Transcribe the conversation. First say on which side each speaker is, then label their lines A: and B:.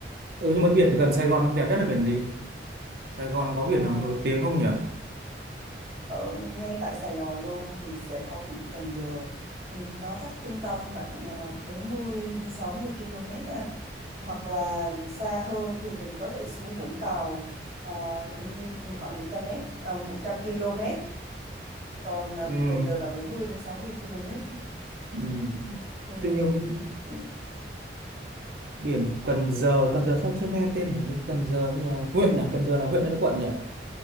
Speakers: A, on the right (about 55°); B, on the right (about 30°).
A: ừ nhưng mà biển thì gần Sài Gòn đẹp nhất là biển gì Sài Gòn có biển
B: Ờ,
A: nào nổi tiếng không nhỉ
B: ở ngay tại Sài Gòn luôn thì sẽ có biển Cần Giờ. Ừ, Nó cách trung tâm khoảng ờ, 40 đến 60 km á anh. Hoặc là xa hơn thì mình có thể xuống Vũng Tàu ờ, đi khoảng 100 mét, uh, 100 km. Còn ờ,
A: ừ,
B: biển Cần Giờ là 40 đến 60 km.
A: ừ.
B: thì
A: tuy nhiên
B: ừ,
A: biển Cần Giờ Cần Giờ sao chưa nghe tên là gì Cần Giờ như là huyện à Cần Giờ là huyện hay là quận nhỉ